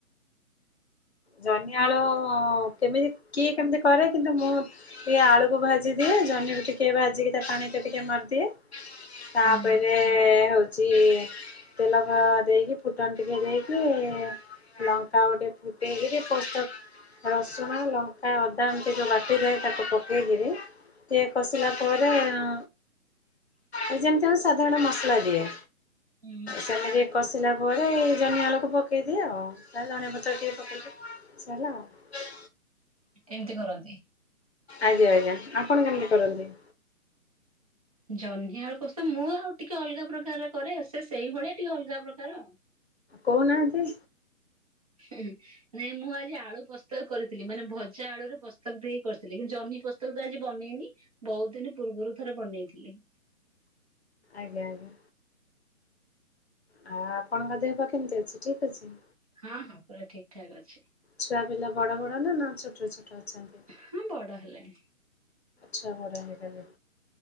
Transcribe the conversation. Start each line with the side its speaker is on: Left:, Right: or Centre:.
Left: ଜହ୍ନିଆଳୁ ଅ କେମିତି କିଏ କେମିତି କରେ କିନ୍ତୁ ମୁଁ ଟିକେ ଆଳୁକୁ ଭାଜି ଦିଏ ଜହ୍ନି କୁ ଟିକେ ଭାଜିକି ତା ପାଣି କୁ ଟିକେ ମାରିଦିଏ। ତାପରେ
Right: ହୁଁ
Left: ଏ ହଉଛି ତେଲ ଦେଇକି ଫୁଟଣ ଟିକେ ଦେଇକି ଲଙ୍କା ଗୋଟେ ଫୁଟେଇକିରି ପୋସ୍ତକ ରସୁଣ ଲଙ୍କା ଅଦା ଏମିତି ଯେଉଁ ବାଟିଦିଏ ତାକୁ ପକେଇ କିରି ଟିକିଏ କଷିଲା ପରେ ଅଁ ଆ ଯେମିତି ଆମେ ସାଧାରଣ ମସଲା ଦିଏ।
Right: ହୁଁ।
Left: ସେମିତି କଷିଲା ପରେ ଜହ୍ନି ଆଳକୁ ପକେଇଦିଏ ଆଉ ତା ଧନିୟା ପତ୍ର ଟିକେ ପକେଇଲେ ସରିଲା ଆଉ।
Right: ଏମିତି କରନ୍ତି?
Left: ଆଜ୍ଞା, ଆଜ୍ଞା, ଆପଣ କେମିତି କରନ୍ତି?
Right: ଜହ୍ନିଆଳୁ କୋଷ ମୁଁ ଆଉ ଟିକେ ଅଲଗା ପ୍ରକାରର କରେ ସେ ସେଇଭଳିଆ ଟିକେ ଅଲଗା ପ୍ରକାର ଆଉ।
Left: କହୁ ନାହାନ୍ତି?
Right: ହୁଁ, ହୁଁ। ନାଇଁ ମୁଁ ଆଜି ଆଳୁ ପୋସ୍ତକ କରିଥିଲି ମାନେ ଭଜା ଆଳୁରେ ପୋସ୍ତକ ଦେଇ କରିଥିଲି, କିନ୍ତୁ ଜହ୍ନି ପୋସ୍ତକ ତ ଆଜି ବନେଇନି। ବହୁତ୍ ଦିନ୍ ପୂର୍ବରୁ ଥରେ ବନେଇଥିଲି।
Left: ଆଜ୍ଞା, ଆଜ୍ଞା। ଆ ଆପଣଙ୍କ ଦେହ ପା କେମିତି ଅଛି ଠିକ୍ ଅଛି।
Right: ହଁ, ହଁ, ପୁରା ଠିକ୍ ଠାକ୍ ଅଛି।
Left: ଛୁଆ ପିଲା ବଡ ବଡ ନା ଛୋଟ ଛୋଟ ଅଛନ୍ତି?
Right: ହୁଁ ବଡ ହେଲେଣି।
Left: ଛୁଆ ବଡହେଇଗଲେଣି।